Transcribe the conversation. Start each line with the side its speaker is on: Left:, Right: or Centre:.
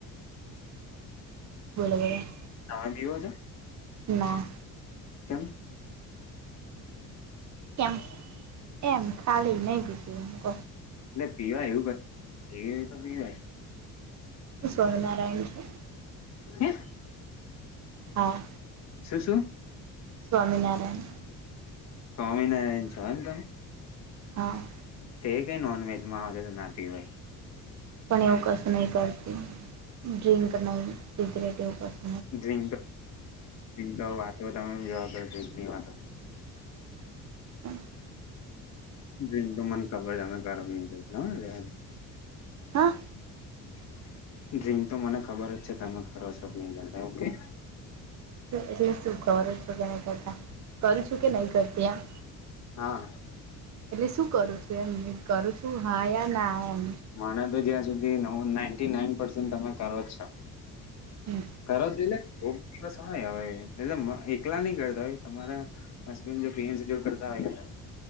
Right: બોલગ
Left: તમે દીવો છો.
Right: ના
Left: કેમ
Right: કેમ એમ ખાલી નહીં બીજું એું કહ
Left: એટલે પીવાય એવું ક પી તો પીવાય
Right: સ્વામીનારાયણજી
Left: હમ
Right: હા
Left: શું શું
Right: સ્વામીનારાયણ
Left: સ્વામીનારાયણ સંધમ
Right: હા.
Left: તે કઈ નોનવેજમાં આવ તો નાતી હોય.
Right: પણ એવું કશું નહી કરતું ડ્રિંક નહી સિગરેટ એવું કશુ
Left: ડ્રિંક તો <inaudible> વાતો તમે જોની વાતો
Right: હ
Left: ડ્રિક તો મન ખબર હાનિકારક નહી થાય લેવા દે.
Right: હા.
Left: હ <inaudible> ડ્રીક તો મને ખબર જ છે તમે કરો છો નહી કરતા ઓકે.
Right: એટલે શું કરો છો કે નહી કરતા કરું છું કે નહી કરતી આ.
Left: હા.
Right: એટલે શું કરું છું એમ કરું છું હા યા ના એમ.
Left: મને તો જ્યાં સુધી નવ નાઈન્ટી નાઈન પસેન્ટ તમે કરો જ છો.
Right: હમ.
Left: કર જો એટલે કોક દિવસ હોય હવે એટલે એકલા નઈ કરતા હો તમારા હસબડ જો પીએન જોડ કરતા હોય.